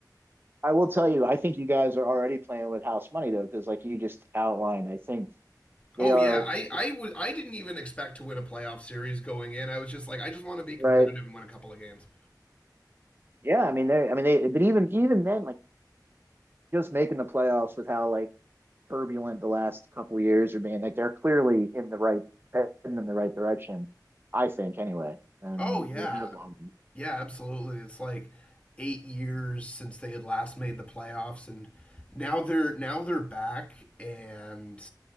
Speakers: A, on the right; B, on the left.
A: I will tell you, I think you guys are already playing with house money though, because like you just outlined, I think they
B: Oh
A: are,
B: yeah, I I w- I didn't even expect to win a playoff series going in. I was just like, I just want to be competitive
A: right?
B: and win a couple of games.
A: Yeah, I mean they, I mean they, but even even then, like. just making the playoffs with how like turbulent the last couple years are being. Like they're clearly in the right heading in the right direction, I think anyway. And
B: Oh yeah,
A: they have um
B: yeah, absolutely. It's like eight years since they had last made the playoffs, and now they're now they're back, and